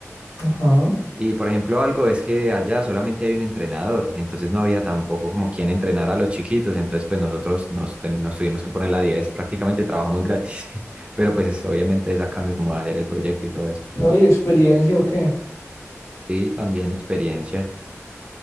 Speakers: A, on the left; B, on the right.
A: Ajá.
B: Y por ejemplo algo es que allá solamente hay un entrenador, entonces no había tampoco como quien entrenar a los chiquitos, entonces pues nosotros nos, ten- nos tuvimos que poner la 10, prácticamente trabajamos gratis, <laughs> pero pues es- obviamente es a cambio como de hacer el proyecto y todo eso.
A: No, y experiencia, ¿o qué?
B: Y también experiencia.